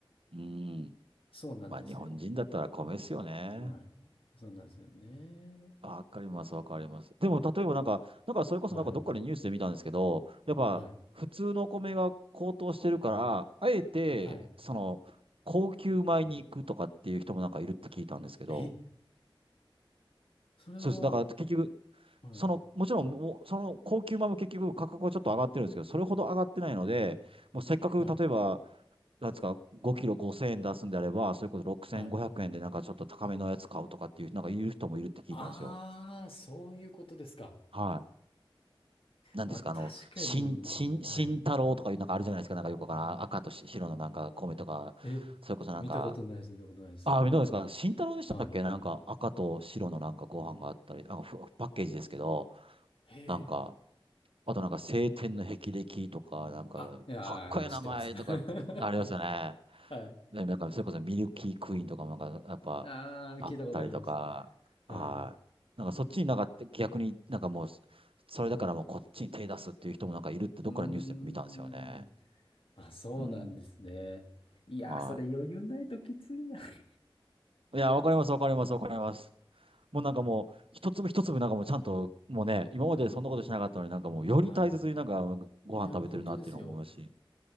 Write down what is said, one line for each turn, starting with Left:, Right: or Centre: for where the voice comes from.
Right: うん。
Left: そうなんですよ。
Right: まあ、日本人だったら米ですよね。
Left: はい。そうなんですよね。
Right: わかります、わかります。でも、例えばなんか、なんかそれこそなんかどっかでニュースで見たんですけど、
Left: はい。
Right: やっぱ普通のお米が高騰してるから、
Left: はい。
Right: あえて、
Left: はい。
Right: その、高級米に行くとかっていう人もなんかいるって聞いたんですけど、
Left: え、それは、
Right: そうです。だから結局、
Left: はい。
Right: その、もちろん、もうその高級米も結局価格はちょっと上がってるんですけど、それほど上がってないので、
Left: はい。
Right: もうせっかく例えば、
Left: はい。
Right: なんですか、5キロ5000円出すんであれば、それこそ6500円でなんかちょっと高めのやつ買うとかっていう、
Left: はい。
Right: なんか言う人もいるって聞いたんですよ。
Left: ああ、そういうことですか。
Right: はい。なんですか、
Left: まあ、
Right: あの、
Left: 確かに、
Right: 新、新、
Left: はい。
Right: 新太郎とかいうなんかあるじゃないですか、なんかよくわからん、赤とし白のなんか米とか、
Left: え、
Right: それこそなんか、
Left: 見たことないです。見たことないです。
Right: ああ、どうですか、新太郎でしたっけなんか赤と白のなんかご飯があったり、
Left: はい。
Right: あ、ふパッケージですけど、
Left: へえ。
Right: なんか、あとなんか青天の霹靂とか、なんか、
Left: あ、いやー、
Right: かっこいい名前とか、
Left: 知ってます。<laughs> は
Right: ありましたね。
Left: い。
Right: で、なんか、それこそミルキークイーンとかもなんか、やっぱ、
Left: ああ、
Right: あったりとか、
Left: 聞いたことあります。はい。
Right: はい。なんかそっちになんか逆になんかもう、それだからもうこっちに手出すっていう人もなんかいるってどっからニュースで見たんですよね。
Left: うーん。あ、そうなんですね。
Right: うん。
Left: いやー、
Right: は
Left: それ余裕ないときついな。<laughs>
Right: い。いや、わかります、わかります、わかります。もうなんかもう、一粒一粒なんかもうちゃんと、もうね、今までそんなことしなかったのになんかもう、より大切になんかご飯食べてるなっていうのを思いますし。
Left: はい。いや、本当ですよ。